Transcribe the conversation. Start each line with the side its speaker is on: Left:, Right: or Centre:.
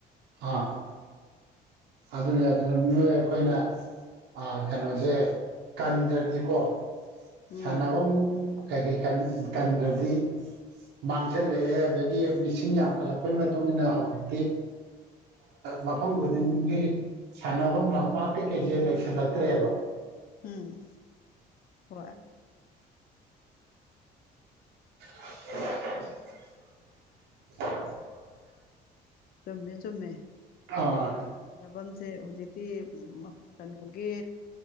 Right: ꯑꯥ ꯑꯗꯨꯅꯤ ꯑꯗꯨꯅ ꯅꯣꯏ ꯑꯈꯣꯏꯅ ꯑꯥ ꯀꯩꯅꯣꯖꯦ ꯇꯟꯗ꯭ꯔꯗꯤꯀꯣ
Left: ꯎꯝ
Right: ꯁꯥꯟꯅꯕꯝ <unintelligible> ꯇꯟꯗ꯭ꯔꯗꯤ ꯃꯥꯡꯖꯜꯂꯛꯑꯦ ꯑꯗꯒꯤ ꯃꯤꯁꯤꯡ ꯌꯥꯝꯈꯠꯂꯛꯄꯩ ꯃꯇꯨꯡ ꯏꯟꯅ ꯍꯧꯖꯤꯛꯇꯤ ꯃꯐꯝ ꯈꯨꯗꯤꯡꯒꯤ ꯁꯥꯟꯅꯐꯝ ꯂꯝꯄꯥꯛ ꯀꯩꯀꯩ ꯁꯦ ꯂꯩꯁꯜꯂꯛꯇ꯭ꯔꯦꯕ꯫
Left: ꯎꯝ ꯍꯣꯏ꯫
Right: <unintelligible>
Left: ꯆꯨꯝꯃꯦ ꯆꯨꯝꯃꯦ꯫
Right: <unintelligible>
Left: ꯁꯥꯟꯅꯐꯝꯁꯦ ꯍꯧꯖꯤꯛꯇꯤ ꯃ ꯀꯩꯅꯣꯒꯤ